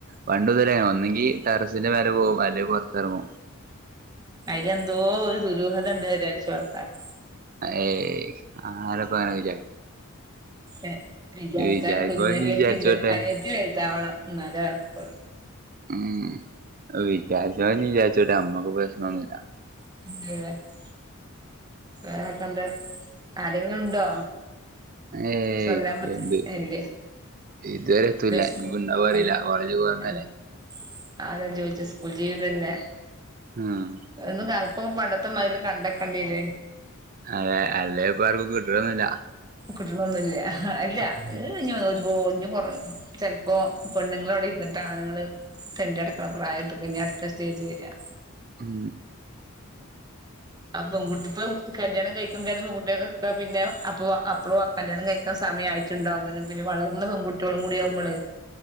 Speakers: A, on the right (about 40°); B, on the right (about 20°).
A: പണ്ടു ഇതുപോലെ ഒന്നെങ്കി ടെറസിന്റെ മേലേ പോകും അല്ലങ്കി പൊറത്തിറങ്ങും.
B: അയിലെന്തോ ഒരു ദുരൂഹത ഉണ്ട് വിചാരിച്ചും ആൾക്കാര്
A: ഏയ് ആരപ്പ അങ്ങനെ വിചാരി
B: ഏഹ് വിചാരിക്കാന്
A: വിചാരിക്കോല്
B: കുഞ്ഞനിയത്തി
A: വിചാരിച്ചോട്ടെ
B: ഉണ്ട് അനിയത്തി വലുതാവണം ന്നാലെ നടക്കുള്ളു
A: ഉം വിചാരിച്ചവൻ വിചാരിച്ചോട്ടെ മ്മക്ക് പ്രശ്നമൊന്നുമില്ല
B: <unintelligible> വേറൊക്കെന്താ ആരെങ്കിലുണ്ടോ?
A: ഏയ്
B: ശൊല്ലാം പറ്റിയ
A: എന്ത്
B: എയ് ല്ല
A: ഇതുവരെ എത്തൂല്ല
B: സ്കൂ
A: ഇനിപ്പോ ണ്ടാവോ അറിയില്ല കോളേജ് പോക്ന്നല്ലേ
B: അതാ ഞാൻ ചോദിച്ചത് സ്കൂൾ ജീവിതല്ലേ
A: ആഹ
B: ഒന്ന് കപ്പൊ പണ്ടത്ത മാരിയല്ല കണ്ടക്കണ്ടയെരോ
A: അതെ അല്ലേ ഇപ്പ ആർക്കും കിട്ടണൊന്നില്ല
B: കിട്ടണൊന്നുല്ല്യ അല്ല
A: ഉം
B: ഏ ഒരു പോഞ്ഞഞ് കൊ ചെലപ്പോ പെണ്ണുങ്ങൾ അവിടെ ഇരിന്നിട്ട് ആണുങ്ങള് തെണ്ടി നടക്കണ പ്രായം കഴിഞ്ഞ അടുത്ത സ്റ്റേജ് വരിക
A: ഉം
B: ആ പെൺകുട്ടിപ്പൊ കല്യാണം കഴിക്കുമണ്ടും പെൺകുട്ടിയക്കെ പിന്നെ അപ്പോ അപ്പളും ആ കല്യാണം കഴിക്കാൻ സമയ ആയിട്ടുണ്ടകാനും പിന്നെ വളർന്ന പെൺകുട്ടികളും കൂടിആകുമ്പോൾ.